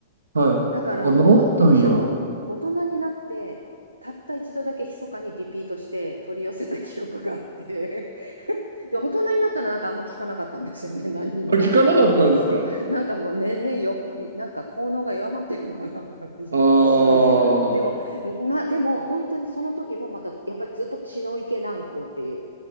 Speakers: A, on the right; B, on the right.
A: はい。
B: だから、
A: あ、治ったんや。
B: おと、そう、
A: あ、
B: 大人になって、たった一度だけ密かにリピートして取り寄せた記憶があって、<laughs> で、大人になったらなんかあんま聞かなかったんですよね、何にも。
A: 聞かなかったんですか
B: そうなんかもう年々よく、なんか効能が弱まってるのかな、<laughs>
A: ああー。
B: 血の池軟膏。でも、まあでも、本当にその時もまた、やっぱりずっと血の池軟膏っていう、